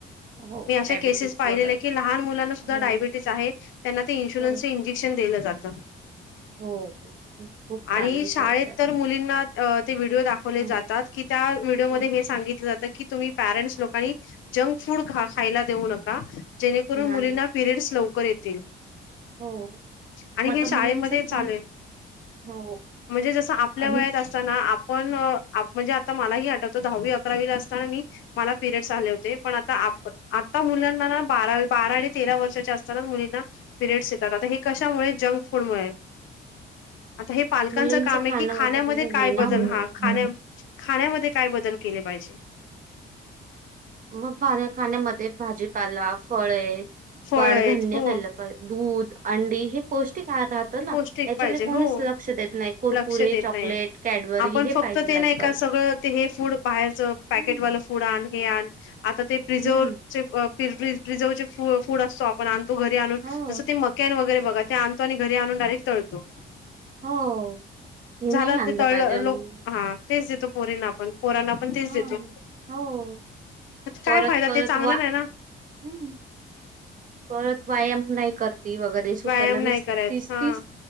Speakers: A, on the right; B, on the left.
A: हो
B: मी असे
A: डायबिटीज
B: केसेस पाहिलेले
A: वगैरे
B: की लहान मुलांना सुद्धा
A: हो
B: डायबिटीस आहे. त्यांना ते इन्शुलन्सचचे
A: हो
B: इंजेक्शन दिलं जातं.
A: हो हो खूप खूप चालू
B: आणि
A: आहे
B: शाळेत
A: सध्या
B: तर मुलींना ते व्हिडिओ दाखवले
A: हं,
B: जातात की त्या व्हिडिओ
A: हं.
B: मध्ये हे सांगितल जात की तुम्ही पेरेंट्स लोकांनी जंक फूड खायला देऊ नका जेणेकरून
A: नाही
B: मुलींना पिरियड्स लवकर येतील
A: हो
B: आणि
A: मग
B: हे
A: आता
B: शाळेमध्ये
A: मुलींच
B: चालूय
A: पण हो
B: म्हणजे जस आपल्या
A: आणि
B: वयात अस पण आपण म्हणजे आता मलाही आठवतो दहावी अकरावीला असताना मी मला पिरिडस आले होते पण आता आता मुलांना ना बारा बारा आणि तेरा वर्षाच्या असताना मुलींना पिरयड्स येतात आता हे कशामुळे जंक फूडमुळे आता हे पालकांच
A: मुलींच
B: काम
A: खाणं
B: आहे की खाण्यामध्ये
A: वगैरे
B: काय
A: नाही ना
B: बदल
A: होत.
B: हा खाण्या खाण्यामध्ये काय बदल केले पाहिजे
A: मग पाण्या खाण्यामध्ये भाजीपाला फळे
B: फळ
A: कडधान्य
B: आहेत हो
A: खायला दूध अंडी हे पौष्टिक आहार तर ना
B: पौष्टिक
A: याच्याकडे
B: पाहिजे
A: कोणीच
B: हो
A: लक्ष देत नाही कुरकुरे
B: लक्ष देत
A: चॉकलेट
B: नाही
A: कॅडबरी
B: आपण
A: हे
B: फक्त
A: पाहिजे
B: ते नाही
A: आजकाल
B: का सगळं ते हे फूड बाहेरचं पॅकेटवालं
A: हम्म.
B: फूड आण हे आण आता ते प्रिझर्वचे
A: हम्म
B: प्रिझर्वचे फूड असतो पण आणतो घरी आणून
A: हो.
B: जसं ते मक्यान वगैरे बघा ते आणतो आणि घरी आणून डायरेक्ट तळतो
A: हो. हे
B: झालं
A: नाही आणलं
B: ते तळलं
A: पाहिजे. हम्म.
B: लोक हा तेच देतो पोरींना आपण पोरांना पण तेच
A: हा.
B: देतो
A: हो.
B: काय
A: परत
B: फायदा
A: परत
B: ते चांगला
A: वा
B: नाही ना
A: हम्म परत व्यायाम नाही करती वगैरे ते स्वतःला
B: व्यायाम
A: वीस
B: नाही करत
A: तीस,
B: हा
A: तीस